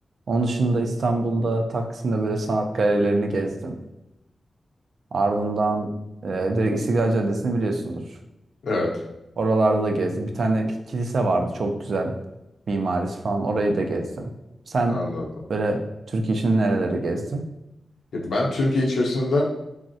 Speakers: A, on the right; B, on the left.
A: Onun dışında İstanbul'da Taksim'de böyle sanat galerilerini gezdim. Ardından e, direkt İstiklal Caddesi'ni biliyorsundur.
B: Evet.
A: Oralarda da gezdim. Bir tane ki- kilise vardı çok güzel mimarisi falan. Orayı da gezdim. Sen
B: Anladım.
A: böyle Türkiye içinde nereleri gezdin?
B: Ya Ben Türkiye içerisinde